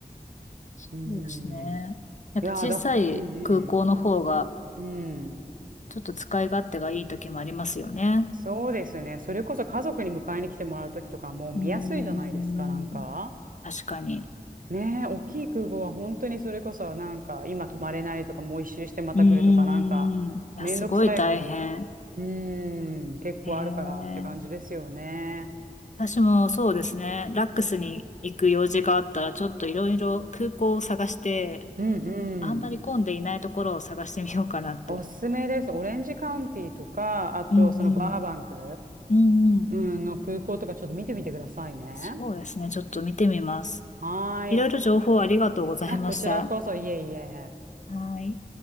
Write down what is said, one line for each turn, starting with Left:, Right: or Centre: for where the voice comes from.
Left: そうですね。
Right: うん。
Left: やっぱ小さい空港の方が、
Right: いやー、だから、うんうん。うん。
Left: ちょっと使い勝手がいい時もありますよね。
Right: そうですね。それこそ家族に迎えに来てもらうときとかもう見やすいじゃないですか、
Left: うーん。
Right: なんか。
Left: 確かに。
Right: ねえ、大きい空港は本当にそれこそなんか今泊まれないとかもう一周してまた来るとかなんかめんどくさいことが。
Left: うんうんうんうん。いや、すごい大変。
Right: うーん、結構あるからって感じですよね。
Left: ええ私もそうですね。ラックスに行く用事があったら、ちょっといろいろ空港を探して、
Right: うんうん。
Left: あんまり混んでいないところを探してみようかなって。
Right: おすすめです。オレンジカウンティとか、あとそのバーバンク、
Left: うんうん。うんうん。
Right: うん、の空港とかちょっと見てみてくださいね。
Left: そうですね。ちょっと見てみます。
Right: はーい。
Left: いろいろ情報ありがとうございました。
Right: あ、こちらこそ、いえいえ。
Left: はい。